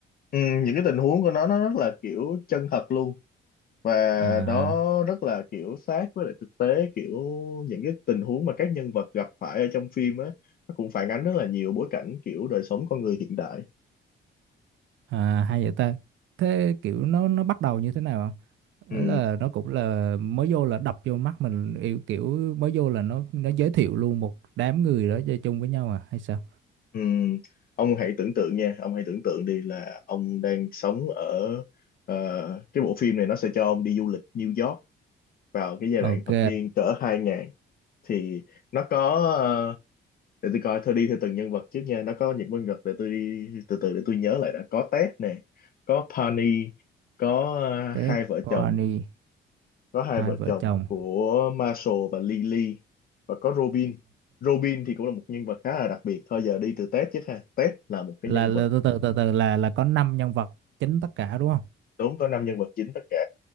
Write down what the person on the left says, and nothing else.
Ừ, những cái tình huống của nó nó rất là kiểu chân thật luôn và
nó rất là kiểu sát với lại thực tế kiểu những cái tình huống mà các nhân vật gặp phải ở trong phim á nó cũng phản ánh rất là nhiều bối cảnh kiểu đời sống con người hiện đại.
Ừ.
Ừm, ông hãy tưởng tượng nha, ông hãy tưởng tượng đi là ông đang sống ở ờ, cái bộ phim này nó sẽ cho ông đi du lịch New York vào cái giai
đoạn thập niên cỡ 2000 thì nó có ờ, để tôi coi thôi đi theo từng nhân vật trước nha, nó có những nhân vật để tôi đi từ từ để tôi nhớ lại đã có Ted nè, có Penny, có ờ,
hai vợ
chồng, có hai
vợ
chồng
của Marshall và Lily và có Robin. Robin thì cũng là một nhân vật khá là đặc biệt. Thôi giờ đi từ Ted chứ ha. Ted là một cái
nhân
vật
đúng có năm nhân vật chính tất cả